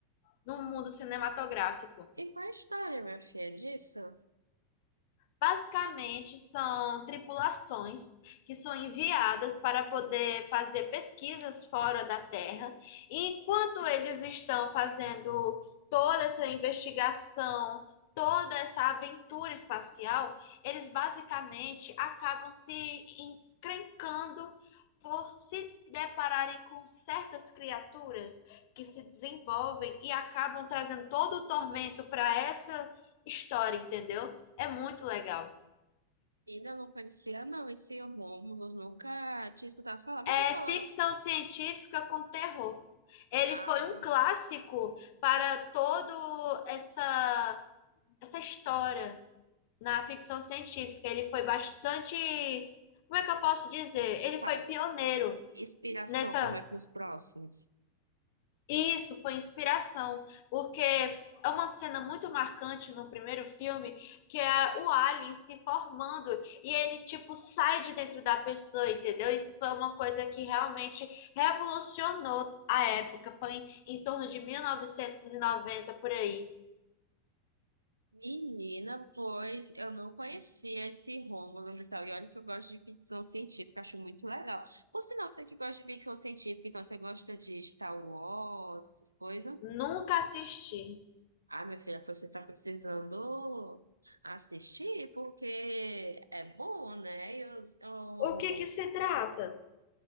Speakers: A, on the left; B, on the right.
A: no mundo cinematográfico.
B: E qual é a história, minha filha, disso?
A: Basicamente, são tripulações que são enviadas para poder fazer pesquisas fora da Terra. E enquanto eles estão fazendo toda essa investigação, toda essa aventura espacial, eles basicamente acabam se encrencando por se depararem com certas criaturas que se desenvolvem e acabam trazendo todo o tormento para essa história, entendeu? É muito legal.
B: Ainda não conhecia, não. Esse Romulus nunca tinha escutado falar. Mas
A: É
B: você falou.
A: ficção científica com terror. Ele
B: Ah.
A: foi um clássico para todo essa essa história na ficção científica. Ele foi bastante, como é que eu posso dizer? Ele
B: Fala.
A: foi pioneiro
B: Inspiração
A: nessa
B: também para os próximos.
A: Isso foi inspiração, porque é uma cena muito marcante no primeiro filme, que é o Ali se formando e ele tipo sai de dentro da pessoa, entendeu? Isso foi uma coisa que realmente revolucionou a época, foi em, em torno de 1990 por aí.
B: Menina, pois eu não conhecia esse Rômulo e tal. E olha que eu gosto de ficção científica, acho muito legal. Por sinal, você que gosta de ficção científica, então você gosta de Star Wars, essas coisas?
A: Nunca assisti.
B: Ah, minha filha, você tá precisando assistir, porque é bom, né? Eu, eu
A: O que que se trata?